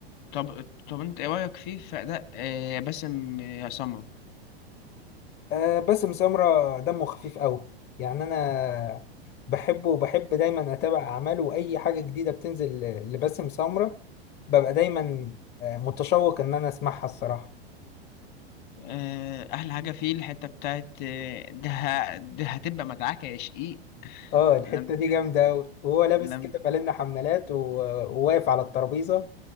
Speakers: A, on the left; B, on the left.
A: طب طب انت ايه رايك فيه في اداء آه، باسم آه، سمرة
B: أه باسم سمرة دمه خفيف قوي يعني انا بحبه وبحب دايما اتابع اعماله واي حاجه جديده بتنزل لباسم سمرة ببقى دايما آه، متشوق ان انا اسمعها الصراحه
A: آه، احلى حاجه فيه الحته بتاعت آه، ده ه- ده هتبقى متعاك يا شقيق
B: اه الحته
A: لما
B: دي
A: كان-
B: جامده أوي. وهو لابس
A: لم
B: كده بالنا حمالات و- وواقف على الترابيزه